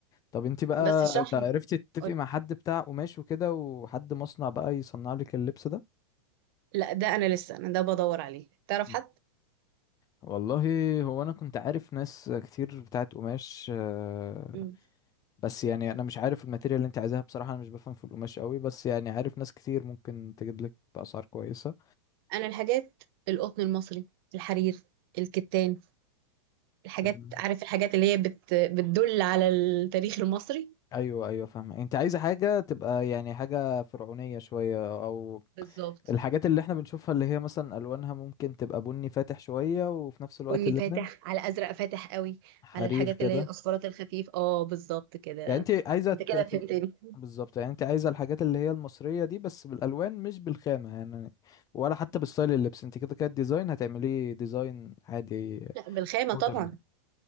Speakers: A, on the left; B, on the right.
A: طب انت بقى
B: بس الشحن
A: ت- عرفتي تتفقي
B: قول-
A: مع حد بتاع قماش وكده وحد مصنع بقى يصنع لك اللبس ده
B: لا ده أنا لسه أنا ده بدور عليه تعرف
A: مم.
B: حد؟
A: والله هو انا كنت عارف ناس كتير بتاعت قماش آه،
B: مم.
A: بس يعني انا مش عارف الماتيريال اللي انت عايزاها بصراحه انا مش بفهم في القماش قوي بس يعني عارف ناس كتير ممكن تجيب لك باسعار كويسه
B: أنا الحاجات القطن المصري الحرير الكتان الحاجات
A: تمام
B: عارف الحاجات اللي هي بت بتدل على التاريخ المصري
A: ايوه ايوه فاهم انت عايزه حاجه تبقى يعني حاجه فرعونيه شويه او
B: بالظبط
A: الحاجات اللي احنا بنشوفها اللي هي مثلا الوانها ممكن تبقى بني فاتح شويه وفي نفس الوقت
B: بني
A: اللبن
B: فاتح على ازرق فاتح قوي
A: حرير
B: على الحاجات
A: كده
B: اللي هي اصفرات الخفيف اه بالظبط كده
A: يعني انت عايزه
B: انت
A: ت...
B: كده
A: ت-
B: فهمتني <laughs>
A: بالظبط يعني انت عايزه الحاجات اللي هي المصريه دي بس بالالوان مش بالخامه يعني ولا حتى بالستايل اللبس انت كده كده الديزاين هتعمليه ديزاين عادي
B: لا بالخامه
A: مودرن
B: طبعا